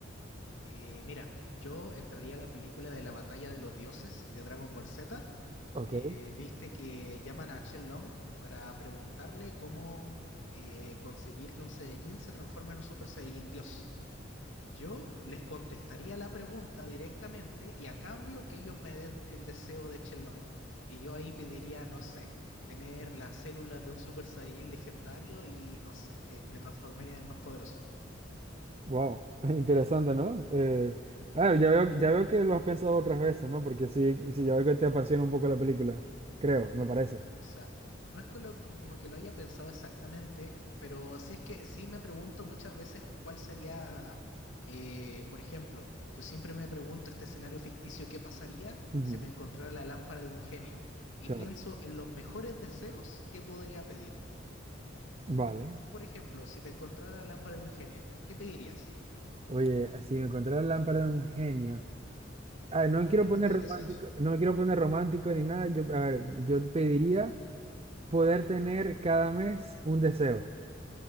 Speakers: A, on the left; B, on the right.
A: Eh, mira, yo entraría a la película de la Batalla de los Dioses de Dragon Ball Z.
B: Ok,
A: Eh, viste que llaman a Chen Long para preguntarle cómo eh, conseguir que un Saiyajin se transforme en un Super Saiyajin Dios. Yo les contestaría la pregunta directamente y a cambio que ellos me den el deseo de Chelong. Y yo ahí pediría, no sé, tener las células de un Super Saiyan legendario y no sé, me transformaría en el más poderoso.
B: wow, <laughs> interesante, ¿no? Eh, ah, ya veo, ya veo que lo has pensado otras veces, ¿no? Porque sí, sí, ya veo que te apasiona un poco la película, creo, me parece.
A: O sea, no es que lo- como que lo haya pensado exactamente, pero sí es que sí me pregunto muchas veces cuál sería, eh, por ejemplo, yo siempre me pregunto este escenario ficticio, ¿qué pasaría
B: Ujú,
A: si me encontrara la lámpara de un genio? Y
B: Claro,
A: pienso en los mejores deseos que podría pedir.
B: vale.
A: Tú, por ejemplo, si te encontrara la lámpara de un genio, ¿qué pedirías?
B: Oye, si me encontrara la lámpara de un genio. Ah, no quiero
A: Tienes
B: poner
A: tres
B: romántico,
A: deseos.
B: no quiero poner romántico ni nada. Yo, a ver, yo te pediría. Poder tener cada mes un deseo.